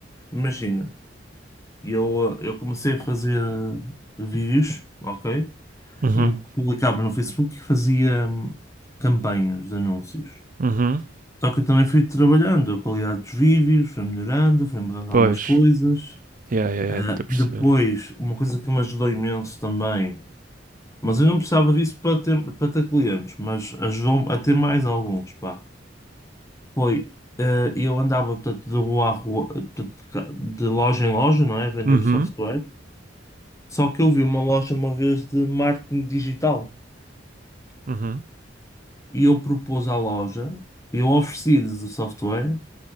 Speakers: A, on the left (about 15°); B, on the right (about 45°).
A: Imagina, eu, eh, eu comecei a fazer vídeos, ok?
B: Uhum.
A: E publicava no Facebook e fazia hum, campanhas de anúncios.
B: Uhum.
A: Só que eu também fui trabalhando, a qualidade dos vídeos foi melhorando, foi mudando
B: Pois.
A: algumas coisas.
B: Yeah, yeah, yeah,
A: Ah,
B: estou a perceber.
A: depois, uma coisa que me ajudou imenso também, mas eu não precisava disso para ter, para ter clientes, mas ajudou-me a ter mais alguns, pá. Foi, eh, eu andava portanto, de rua a rua, eh, portanto, de ca- de loja em loja, não é? A vender
B: Uhum.
A: o software. Só que eu vi uma loja uma vez de marketing digital
B: Uhum.
A: e eu propus à loja, eu ofereci-lhes o software